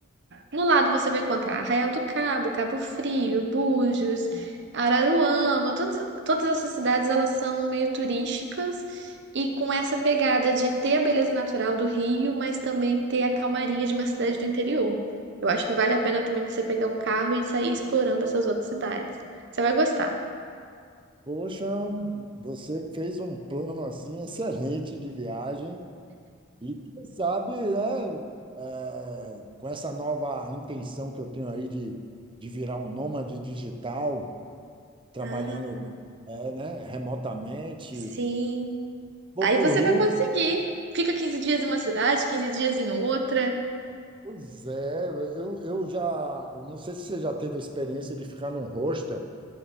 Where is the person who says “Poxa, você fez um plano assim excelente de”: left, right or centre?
Right